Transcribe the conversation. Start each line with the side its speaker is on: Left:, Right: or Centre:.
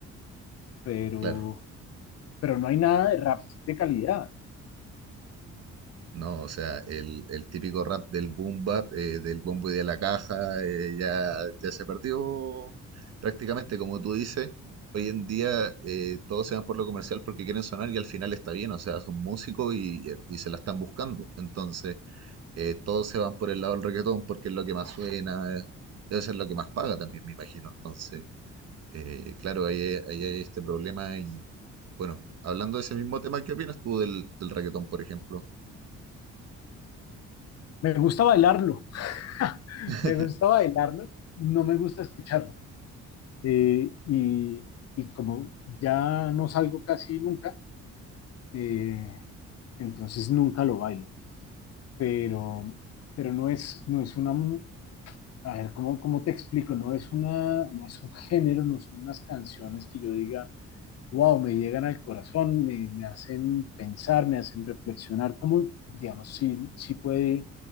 Left: pero,
Right: claro.
Left: pero no hay nada de rap de calidad.
Right: No, o sea, el, el típico rap del boom bap, eh, del bombo y de la caja, eh, ya, ya se perdió prácticamente, como tú dices. Hoy en día eh, todos se van por lo comercial porque quieren sonar y al final está bien, o sea, son músicos y, y se la están buscando. Entonces, eh, todos se van por el lado del reggaetón porque es lo que más suena, eh, debe ser lo que más paga también, me imagino. Entonces, eh, claro, ahí, ahí hay este problema y bueno, hablando de ese mismo tema, ¿qué opinas tú del, del reggaetón, por ejemplo?
Left: Me gusta bailarlo, <laughs>
Right: <laughs>
Left: me gusta bailarlo, no me gusta escucharlo. eh, y, y como ya no salgo casi nunca, eh, entonces nunca lo bailo, pero, pero no es, no es una, mu- a ver, ¿cómo, cómo te explico? No es una, no es un género, no son unas canciones que yo diga, wow, me llegan al corazón, me, me hacen pensar, me hacen reflexionar, como, digamos, sí, sí puede